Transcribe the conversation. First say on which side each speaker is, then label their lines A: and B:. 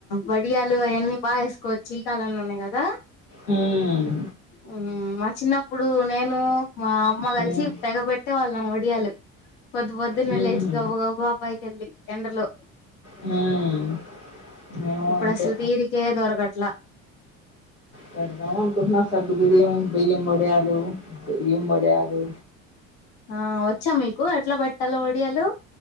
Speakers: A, on the left (about 60°); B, on the left (about 90°).
A: వడియాలు అవన్నీ బాగా వేసుకోవచ్చు ఈ కాలంలోనే కదా
B: మ్మ్
A: మ్మ్ మా చిన్నప్పుడు నేను మా అమ్మ
B: హ్మ్.
A: కలిసి తెగబట్టే వాళ్ళం ఒడియాలు పొద్దు పొద్దున్న
B: హుహు.
A: లేచి గబ్బ గబ్బ పైకి వెళ్ళి ఎండలో
B: హ్మ్. మేము
A: ఇప్పుడు
B: అంతే
A: అసలు తీరికే దొరకట్లా
B: పెడదామ అనుకుంటున్నా సగ్గుగుడి ఏ బియ్యం వడయాలు బియ్యం వడియాలు
A: ఆ వచ్చా మీకు ఎట్లా బెట్టాలో ఒడియాలు